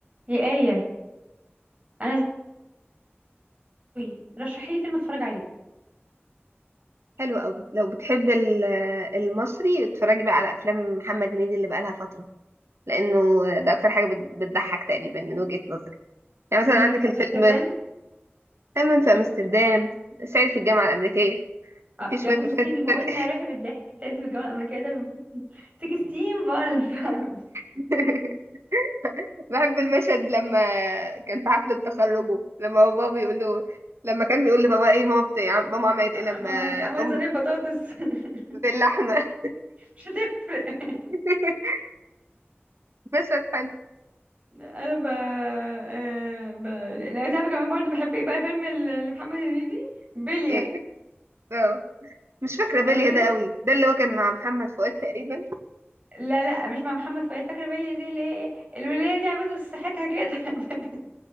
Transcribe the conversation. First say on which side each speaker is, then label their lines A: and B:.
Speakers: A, on the right; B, on the right.
A: يا آية أنا زوي رشحي لي فيلم أتفرج عليه
B: حلو قوي لو بتحب ال- المصري اتفرجي بقى على افلام محمد هنيدي اللي بقالها فتره لانه ده اكتر حاجه بت- بتضحك تقريبا من وجهه نظري يعني
A: حمام
B: مثلا عندك
A: في
B: الفيلم
A: أمستردام
B: همام في امستردام صعيدي في الجامعه الامريكيه
A: آه،
B: في شويه
A: ده بصي
B: مشاهد
A: بيموتني
B: تستدعي
A: على روحي بالضحك سعيد في الجامعة الأمريكية ده بيموت. 16 فالف <laughs>
B: <laughs> بحب المشهد لما كان في حفله تخرجه لما هو بابا بيقول له لما كان بيقول لبابا ايه ماما بت... ماما عملت ايه
A: عملت
B: لما
A: عملت
B: ام
A: صينية بطاطس <laughs>
B: باللحمه
A: مش هتفرق
B: <laughs> مشهد حلو
A: أنا ب... آه، ب... لا أنت عارفة كمان برضه بحب إيه بقى فيلم ال- لمحمد هنيدي بلية
B: ايه اه مش فاكرة بيليا
A: أنا-
B: ده قوي ده اللي هو كان مع محمد فؤاد تقريبا
A: لا لا مش مع محمد فؤاد فاكرة بلية دي اللي هي إيه الولية دي عجوزة بس صحتها كده <laughs>